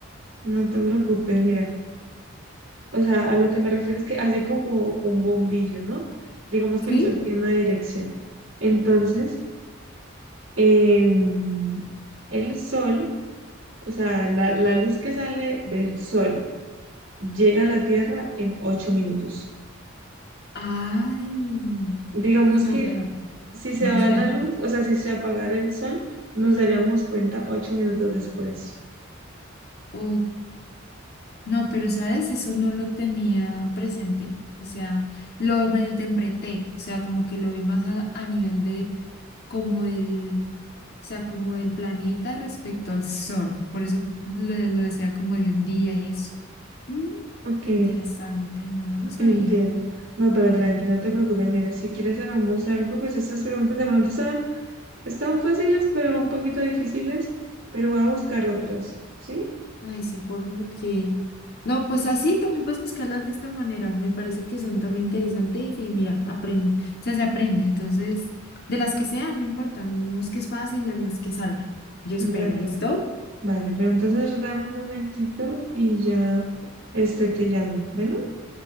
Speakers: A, on the right; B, on the left.
A: no te preocupes, mira. O sea, a lo que me refiero es que así como un bombillo, ¿no? Digamos
B: ¿Sí?
A: que el sol tiene una dirección. Entonces, em, el sol, o sea, la, la luz que sale del sol llega a la Tierra en ocho minutos.
B: Ay, no.
A: Digamos
B: uy, no,
A: que
B: pero
A: si se
B: no
A: va
B: lo sabía.
A: la luz, o sea, si se apagara el sol, nos daríamos cuenta ocho minutos después.
B: Ok, no, pero sabes, eso no lo tenía presente, o sea, lo malinterpreté, o sea, como que lo vi más a, a nivel de como del, sea, como del planeta respecto al Sol. Por eso lo, lo decía como de un día y eso. Mm,
A: Ok,
B: interesante, no, no lo sabía.
A: entiendo. No, pero tranqui, no te preocupes. Mira, si quieres hagamos algo, pues estas preguntas de pronto son Están fáciles, pero un poquito difíciles, pero voy a buscar otras, ¿sí?
B: Ay, sí, porfa, porque... No, pues así también puedes buscarlas de esta manera. Me parece que son también interesantes y sí, mira, aprende, o sea, se aprende. Entonces, de las que sean, no importa, no, no busques fácil, de las que salgan. Yo
A: Bueno,
B: espero, ¿listo?
A: vale, pero entonces dame un momentito y ya este te llamo. Bueno,